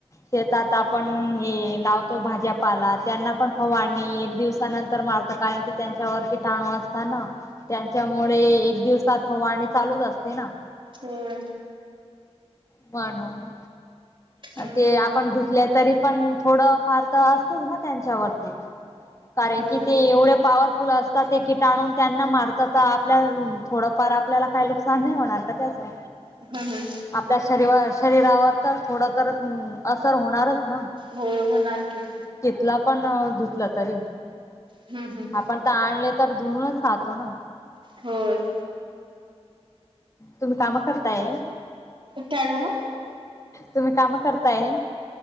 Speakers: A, on the left (about 30°); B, on the right (about 50°).
A: शेतात आपण हे लावतो भाज्यापाला त्यांना पण फवारणी एक दिवसानंतर मार त कारण की त्यांच्यावर किटाणू असता ना, त्यांच्यामुळे एक दिवसात फवारणी चालूच अस ते ना
B: होय.
A: म्हणून
B: हम्म
A: ते
B: हम्म.
A: आपण धुतल्या तरी पण थोडं फार त असतच ना त्यांच्यावरती कारण
B: होय.
A: की ते एवढे पावर फुल असतात, ते किटाणू त्यांना मारतात त आपल्यान थोडंफार आपल्याला, काय नुकसान नाही होणार का त्याचं?
B: हम्म हम्म.
A: आपल्या शरी <unintelligible> शरीरावर तर थोड तर उ असर होणारच ना
B: हो होणार की
A: तिथलं पण धुतलं तरी
B: हम्म हम्म.
A: आपण त आणले. तर <inaudible> ना
B: होय.
A: तुम्ही कामं करताय?
B: काय झालं?
A: तुम्ही कामं करताय?